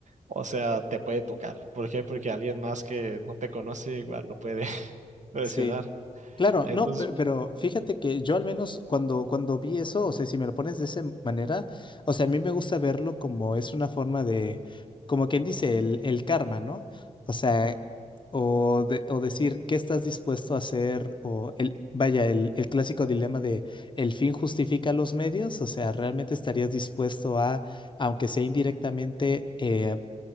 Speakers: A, on the right; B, on the left.
A: O sea, te puede tocar. ¿Por qué? Porque alguien más que no te conoce igual lo puede <laughs> presionar.
B: Sí. Claro,
A: Entonces,
B: no, pe- pero fíjate que yo al menos cuando, cuando vi eso, o sea, si me lo pones de esa manera, o sea, a mí me gusta verlo como es una forma de, como quien dice, el, el karma, ¿no? O sea, o, de- o decir, ¿qué estás dispuesto a hacer? O el, vaya, el, el clásico dilema de, ¿el fin justifica los medios? O sea, ¿realmente estarías dispuesto a, aunque sea indirectamente, eh,